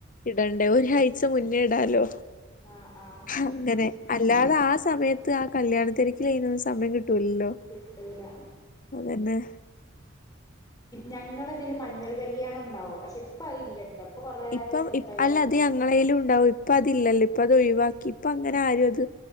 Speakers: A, on the left; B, on the left.
A: ഇട ഇടണം ഒരാഴ്ച മുന്നെയിടാല്ലോ.
B: ആഹ് ആഹ് ആഹ്
A: അങ്ങനെ അല്ലാതെ ആ സമയത്ത് ആ കല്യാണത്തിരക്കിൽ ഇരുന്ന് സമയം കിട്ടൂല്ലല്ലോ.
B: കിട്ടൂല
A: അതന്നെ
B: ഞങ്ങളിതില് മഞ്ഞൾ കല്ല്യാണം ഉണ്ടാവും. പക്ഷെ ഇപ്പ അതില്ലട്ടോ ഇപ്പൊ കൊറേ
A: ഇപ്പം
B: സ്ഥലത്ത്
A: ഇ
B: അതില്ല
A: അല്ല അത് ഞങ്ങളേലും ഉണ്ടാവും. ഇപ്പം അതില്ലല്ലോ അപ്പം അത് ഒഴിവാക്കി ഇപ്പ അങ്ങനെ ആരുമത്